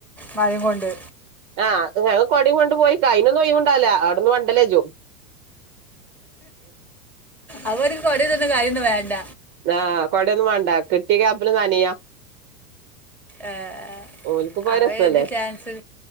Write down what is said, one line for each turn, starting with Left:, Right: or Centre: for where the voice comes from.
Centre: മഴേം കൊണ്ട്
Right: ആഹ ഞങ്ങ കൊടേം കൊണ്ട് പോയിക്ക അയിനൊന്നും ഒഴിവുണ്ടാവല്ല അവടുന്ന് വണ്ടല്ലേജോ
Centre: അവര്ക്ക് <unintelligible> വേണ്ട
Right: ആഹ കൊടയൊന്നും വേണ്ട കിട്ടീയ ഗ്യാപ്പില് നനയാ
Centre: ഏ ഏ
Right: ഓൽക്കിപ്പോ
Centre: അത്
Right: രസല്ലേ
Centre: ഏത് ചാൻസ്